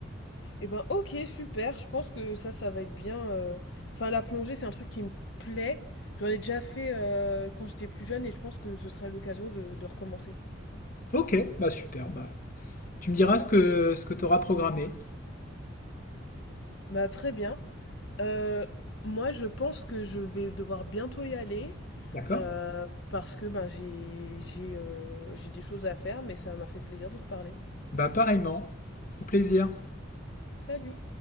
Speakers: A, on the left (about 60°); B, on the left (about 40°).
A: Eh ben, ok, super. Je pense que ça, ça va être bien. euh. Enfin, la plongée, c'est un truc qui me plaît. J'en ai déjà fait euh, quand j'étais plus jeune et je pense que ce serait l'occasion de, de recommencer.
B: Ok, bah super. Bah, tu me diras ce que, ce que tu auras programmé.
A: Bah, très bien. Euh, moi, je pense que je vais devoir bientôt y aller
B: D'accord
A: euh, parce que ben, j'ai, j'ai, euh, j'ai des choses à faire, mais ça m'a fait plaisir de te parler.
B: Bah pareillement. Au plaisir.
A: Salut!